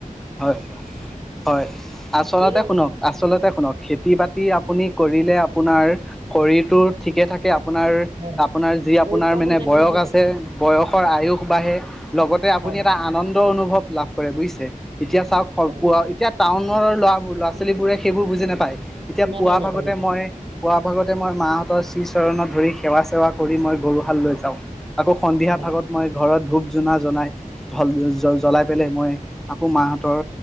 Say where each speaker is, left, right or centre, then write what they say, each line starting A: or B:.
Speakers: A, in the centre; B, on the right.
A: হয় হয়! আচলতে
B: সেইটোৱে
A: শুনক,
B: কথা
A: আচলতে শুনক। খেতি-বাতি আপুনি কৰিলে আপোনাৰ শৰীৰটো ঠিকে থাকে। আ আপোনাৰ
B: হয় হয়।
A: আপোনাৰ যি
B: পৰিশ্ৰম
A: আপোনাৰ মানে
B: হৈ থাকে
A: বয়স
B: নহয় জানো
A: আছে বয়সৰ আয়ুস বাঢ়ে, লগতে আপুনি
B: হয়
A: এটা আনন্দ অনুভৱ লাভ কৰে বুজিছে এতিয়া চাওক
B: হয়
A: পোৱা এতিয়া টাউনৰ ল'ৰাবোৰ ল পাচালী বোৰে সেইবোৰ বুজি নাপায় এতিয়া
B: নাপায়
A: পুৱা
B: নাপায়
A: ভাগতে
B: নাপায়
A: মই পুৱা ভাগত তে মই মাহঁতৰ শ্ৰীচৰণত ধৰি সেৱা সেৱা কৰি মই গৰুহাললৈ যাওঁ। আকৌ সন্ধিয়া
B: হয়।
A: ভাগত মই ঘৰত ধূপ জোনা জনাই ঢল জ - জ্বলাই পেলাই মই আকৌ মাহঁতৰ